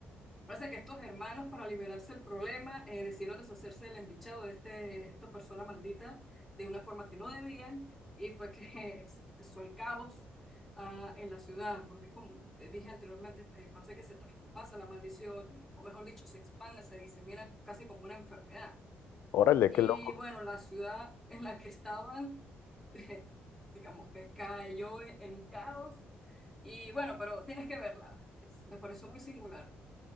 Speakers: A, in the centre; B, on the left (about 75°).
A: parece que estos hermanos, para liberarse del problema, eh, decidieron deshacerse del embichado de este, esta persona maldita de una forma que no debían, y fue que <laughs> es- empezó el caos. ah, en la ciudad, porque es como eh, dije anteriormente, eh, parece que se traspasa la maldición, o mejor dicho, se expande, se disemina casi como una enfermedad.
B: órale,
A: Y
B: qué loco.
A: bueno, la ciudad en la que estaban <laughs> digamos que cayó en un caos y bueno, pero tienes que verla. es- me pareció muy singular.